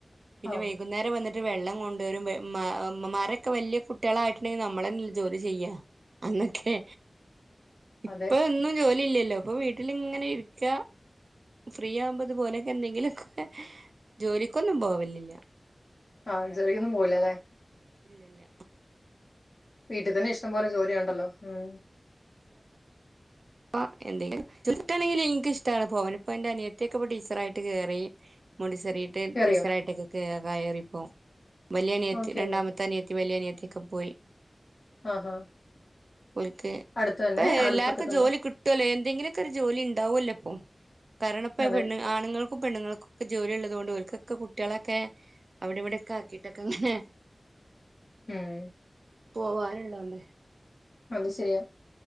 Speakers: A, on the right; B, on the left.
A: പിന്നെ
B: ആ
A: വൈകുന്നേരം വന്നി ട്ട് വെള്ളം കൊണ്ടോരും വെ മ്മ ഇമ്മമാരെക്കെ വെല്ല്യ കുട്ട്യളായിട്ട്ണ്ടെങ്കി നമ്മളെനല്ലേ ജോലി ചെയ്യാ അന്നൊക്കെ ഇപ്പൊ
B: അതെ
A: ഒന്നും ജോലി ഇല്ലല്ലോ ഇപ്പൊ വീട്ടിലിങ്ങനെ ഇരിക്ക ഫ്രീ യുവുമ്പത്പോലെക്കെ എന്തെങ്കിലൊക്കെ ജോലിക്കൊന്നും പോവല്ലില്ല.
B: ആഹ് ജോലിക്കൊന്നും പോവില്ലല്ലോ.
A: ഇല്ല ഇല്ല.
B: വീട്ടി തന്നെ ഇഷ്ടംപോലെ ജോലിയാണ്ടല്ലോ ഉം.
A: ഇപ്പ എന്തെങ്കിലൊക്കെ ജോലിക്കിട്ടാണെ ഇൻക്ക് ഇഷ്ടാണ് പോവാന് പ്പൊ ഇന്റെ അനിയത്ത്യൊക്കെപ്പോ ടീച്ചറായിട്ട് കേറി മോണ്ടി കേറിട്ട്
B: കേറിയോ
A: ടീച്ചറായിട്ട്ക്ക ക്കേ കയറിപ്പോ വെല്യനിയത്തി
B: ഓക്കെ
A: രണ്ടാമത്തെ അനിയ വല്യ അനിയത്തിക്കെ പോയി.
B: ആഹാ
A: ഓൽക്ക്
B: അടുത്ത് തന്നെ
A: ഇപ്പൊ
B: അടുത്തൊക്കെ
A: എല്ലാർക്കും
B: തന്നെ
A: ജോലി കിട്ടുല്ലോ എന്തെങ്കിലുമൊക്കെ ഒരു ജോലി ഉണ്ടാവുമല്ലോ ഇപ്പൊ കാരണം ഇപ്പ
B: അതെ
A: പെണ് ആണുങ്ങൾക്കും പെണ്ങ്ങൾക്കും ജോലി ഉള്ളത് കൊണ്ട്ക്കൊക്കെ കുട്ടികളൊക്കെ അവിടെ ഇവിടെക്കെ ആക്കിട്ടൊക്കെ ഇങ്ങനെ
B: ഉം
A: പോവാനണ്ടോല്ലേ
B: അത് ശരിയാ